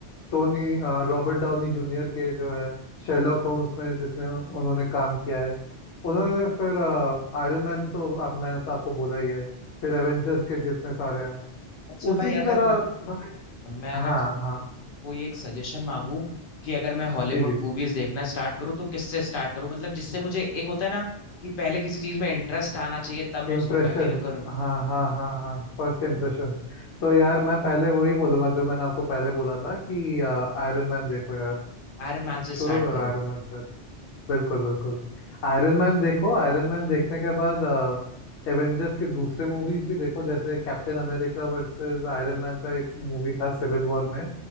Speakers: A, on the left; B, on the left.
A: टोनी अ, रॉबर्ट डाउनी जूनियर के जो है शेरलॉक होम्स में जिसने उन्होंने काम किया है उन्होंने फिर आयरन मैन तो आप मैंने तो आपको बोला ही है फिर एवेंजर्स के जितने सारे हैं
B: अच्छा
A: उसी
B: भाई
A: की
B: अगर
A: तरह
B: मत
A: भाई
B: मैं अगर
A: हाँ
B: तुमसे
A: हाँ
B: कोई एक सजेशन मांगू कि अगर मैं हॉलीवुड
A: जी जी
B: मूवीज देखना स्टार्ट करूँ तो किससे स्टार्ट करूँ मतलब जिससे मुझे एक होता है ना कि पहले किसी चीज में इंटरेस्ट आना चाहिए तब मैं
A: इम्प्रेशन
B: उसको कंटिन्यू करूँ
A: हाँ हाँ हाँ हाँ फर्स्ट इम्प्रेशन तो यार मैं पहले वही बोलूंगा जो मैंने आपको पहले बोला था कि आयरन मैन देखो यार
B: आयरन मैन से
A: शुरू
B: स्टार्ट
A: करो
B: करूँ
A: आयरन मैन से बिल्कुल बिल्कुल आयरन मैन देखो आयरन मैन देखने के बाद एवेंजर्स के दूसरे मूवीज भी देखो जैसे Captain America versus Iron Man का एक मूवी था सिविल वॉर में